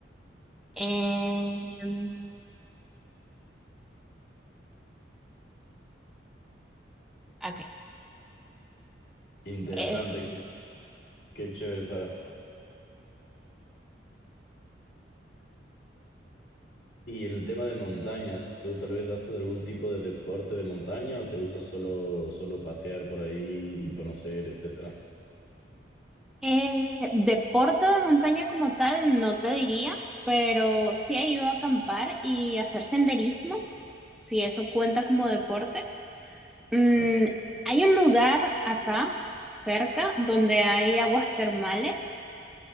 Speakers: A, in the centre; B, on the left (about 70°).
A: Em, ok.
B: Interesante,
A: Eh,
B: qué, qué chévere, Sara. Y en el tema de montañas, ¿tú tal vez haces algún tipo de deporte de montaña o te gusta solo, solo pasear por ahí, conocer, etcétera?
A: eh, deporte de montaña como tal, no te diría, pero sí he ido a acampar y hacer senderismo, si eso cuenta como deporte. Mm,
B: Eh,
A: hay un lugar acá cerca donde hay aguas termales,